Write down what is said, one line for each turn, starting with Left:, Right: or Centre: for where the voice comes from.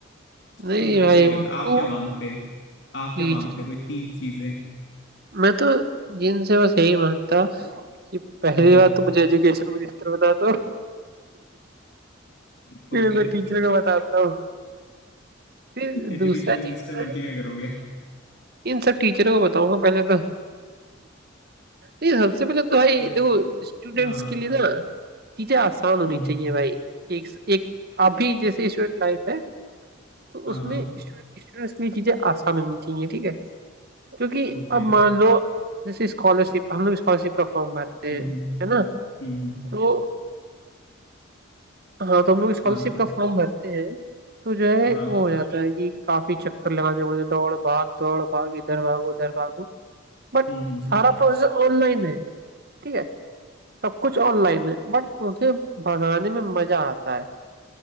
Right: नहीं
Left: तो मैं
Right: भाई
Left: तो ये
Right: उनको
Left: करता आप क्या मांगते आप
Right: टीच
Left: क्या मांगते कोई तीन चीजें
Right: मैं तो जिनसे बस यही मांगता कि पहली
Left: <laughs>
Right: बात तो मुझे एजुकेशन मिनिस्टर बना दो
Left: ओके
Right: फिर मैं टीचर को बताता हूँ फिर
Left: एजुकेशन
Right: दूसरा
Left: मिनिस्टर
Right: चीज मैं
Left: बन के क्या करोगे
Right: इन सब टीचरों को बताऊंगा पहले तो नहीं सबसे पहले तो भाई
Left: अच्छा
Right: देखो स्टूडेंट्स
Left: हाँ
Right: के लिए ना चीजें आसान होनी
Left: हम्म,
Right: चाहिए
Left: हम्म।
Right: भाई एक एक अभी जैसे स्टूडेंट लाइफ है तो
Left: हाँ
Right: उसमें
Left: हाँ
Right: स्टूडेंट्स के लिए चीजें आसान होनी चाहिए ठीक है क्योंकि
Left: ओके
Right: अब मान लो जैसे स्कॉलरशिप हम लोग स्कॉलरशिप का फॉर्म भरते
Left: हम्म,
Right: हैं
Left: हम्म,
Right: है ना
Left: हम्म, हम्म।
Right: तो हाँ तो हम लोग स्कॉलरशिप
Left: हाँ
Right: का फॉर्म भरते हैं तो जो है
Left: हाँ
Right: वो हो जाता है कि काफी चक्कर लगाने पड़ते हैं, दौड़ भाग दौड़ भाग इधर भागो उधर भागो बट
Left: हम्म, हम्म,
Right: सारा
Left: हम्म।
Right: प्रोसेस ऑनलाइन है ठीक है सब कुछ ऑनलाइन है बट उसे भगाने में मजा आता है है